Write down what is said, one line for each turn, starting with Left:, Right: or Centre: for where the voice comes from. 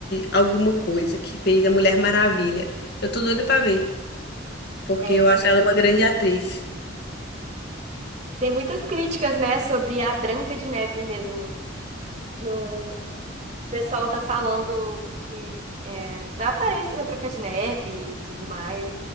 Left: alguma coisa que fez a Mulher Maravilha. Eu tô doida pra ver, porque
Right: É,
Left: eu
Right: eu também.
Left: acho ela uma grande atriz.
Right: Tem muitas críticas, né, sobre a Branca de Neve mesmo. No, o pessoal tá falando que é, da aparência da Branca de Neve e tudo mais.